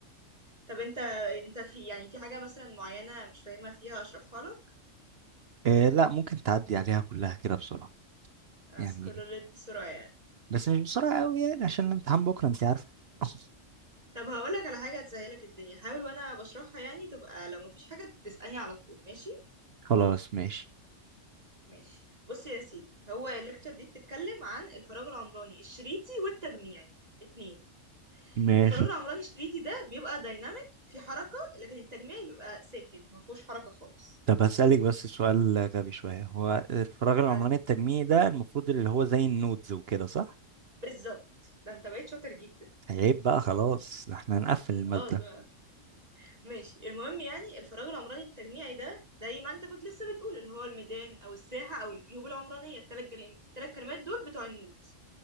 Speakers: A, on the right (about 30°); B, on the right (about 55°).
A: طب انت انت في يعني في حاجه مثلا معينه مش فاهمها فيها اشرحها لك
B: إيه لا ممكن تعدي عليها كلها كده بسرعة
A: اسكرولت
B: يعني
A: بسرعه يعني
B: بس مش بسرعة قوي يعني عشان الامتحان بكرة انت عارفة <laughs>
A: طب هقول لك على حاجه هتسهلك الدنيا حاول وانا بشرحها يعني تبقى لو مفيش حاجه تسالني على طول ماشي
B: خلاص ماشي
A: ماشي بص يا سيدي هو الليكتشر دي بتتكلم عن الفراغ العمراني الشريطي والتجميعي اتنين
B: ماشي
A: الفراغ العمراني الشريطي ده بيبقى دايناميك في حركه لكن التجميعي بيبقى ساكن مفهوش حركه خالص
B: طب هسألك بس سؤال غبي شوية هو الفراغ العمراني
A: قال لي
B: التجميعي ده المفروض اللي هو زي النودز وكده صح؟
A: بالظبط ده انت بقيت شاطر جدا
B: عيب بقى خلاص احنا هنقفل المادة
A: خلاص بقى. ماشي المهم يعني الفراغ العمراني التجميعي ده زي ما انت كنت لسه بتقول اللي هو الميدان او الساحه او الجيوب العمرانيه الثلاث جل... الثلاث كلمات دول بتوع النودز